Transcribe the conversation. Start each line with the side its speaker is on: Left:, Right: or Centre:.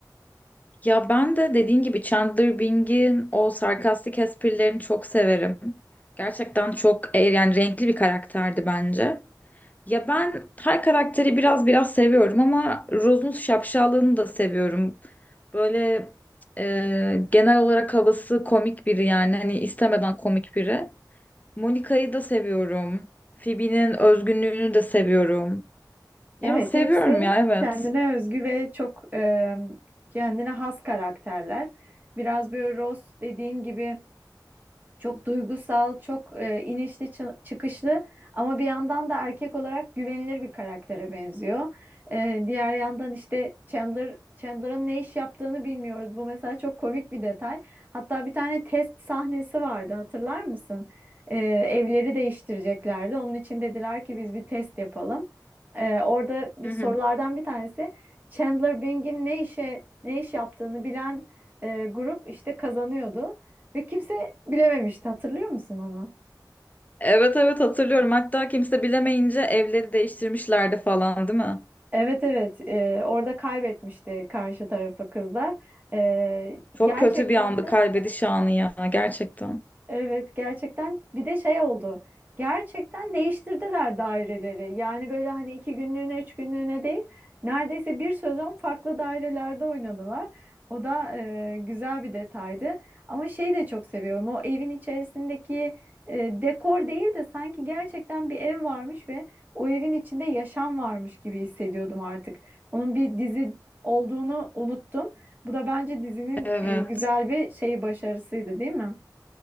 Left: ya ben de dediğin gibi Chandler Bing'in o sarkastik esprilerini çok severim. Gerçekten çok e, yani renkli bir karakterdi bence. Ya ben her karakteri biraz biraz seviyorum ama Rose'un şapşallığını da seviyorum. Böyle e, genel olarak havası komik biri yani hani istemeden komik biri. Monica'yı da seviyorum. Phoebe'nin özgünlüğünü de seviyorum. Ya
Right: Evet,
Left: seviyorum
Right: hepsi
Left: ya evet.
Right: kendine özgü ve çok e, kendine has karakterler. Biraz böyle Ross dediğin gibi çok duygusal, çok e, inişli çı- çıkışlı ama bir yandan da erkek olarak güvenilir bir karaktere benziyor. E, diğer yandan işte Chandler Chandler'ın ne iş yaptığını bilmiyoruz. Bu mesela çok komik bir detay. Hatta bir tane test sahnesi vardı, hatırlar mısın? E, evleri değiştireceklerdi. Onun için dediler ki biz bir test yapalım. E, orada bir
Left: Hı
Right: sorulardan
Left: hı.
Right: bir tanesi Chandler Bing'in ne işe ne iş yaptığını bilen e, grup işte kazanıyordu. Ve kimse bilememişti hatırlıyor musun onu?
Left: Evet evet hatırlıyorum. Hatta kimse bilemeyince evleri değiştirmişlerdi falan değil mi?
Right: Evet evet Ee, orada kaybetmişti karşı tarafa kızlar. Ee,
Left: Çok
Right: gerçekten
Left: kötü bir andı
Right: de
Left: kaybediş anı ya gerçekten.
Right: Evet gerçekten bir de şey oldu. Gerçekten değiştirdiler daireleri. Yani böyle hani iki günlüğüne, üç günlüğüne değil. Neredeyse bir sezon farklı dairelerde oynadılar. O da e, güzel bir detaydı. Ama şeyi de çok seviyorum. O evin içerisindeki e, dekor değil de sanki gerçekten bir ev varmış ve o evin içinde yaşam varmış gibi hissediyordum artık. Onun bir dizi olduğunu unuttum. Bu da bence dizinin
Left: Evet.
Right: e, güzel bir şeyi başarısıydı, değil mi?